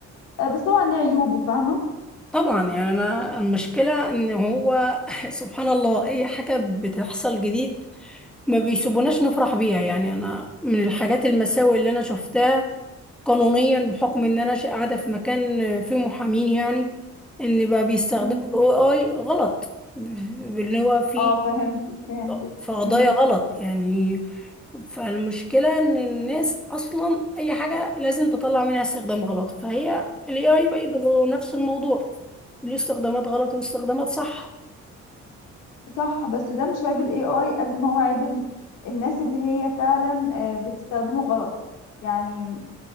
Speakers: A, on the left (about 85°); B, in the centre.
A: آه، بس طبعا ليه عيوبه فاهمة
B: طبعا يعني انا المشكلة ان هو <laughs> سبحان الله اي حاجة بتحصل جديد ما بيسيبوناش نفرح بيها يعني انا من الحاجات المساوئ اللي انا شفتها قانونيا بحكم ان انا ش- قاعدة في مكان فيه محامين يعني ان بقى بيستخدموا
A: امم
B: الاي اي غلط ب- اللي هو فيه
A: اه فهمتك فهمتك
B: في قضايا
A: امم
B: غلط يعني فالمشكلة ان الناس اصلا اي حاجة لازم تطلع منها استخدام غلط فهي ال AI برضه نفس الموضوع له استخدامات غلط واستخدامات صح
A: صح بس ده مش عيب الاي اي قد ما هو عيب ال- الناس اللي هي فعلا آه، بتستخدمه غلط يعني م-